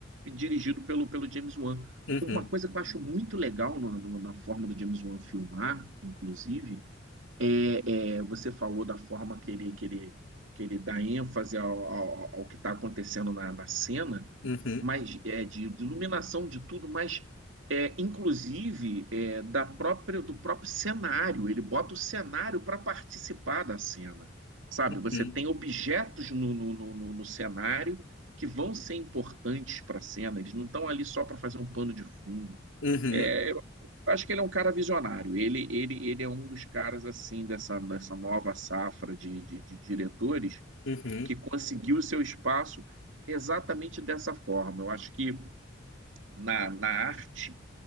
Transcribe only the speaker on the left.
uhum,
uhum,
uhum,
uhum,
uhum,